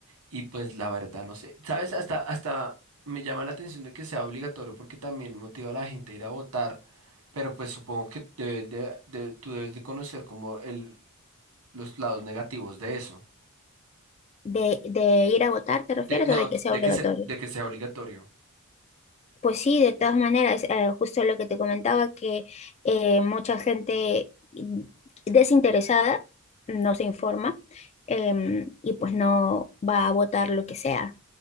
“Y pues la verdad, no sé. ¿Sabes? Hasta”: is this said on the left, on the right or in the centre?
Right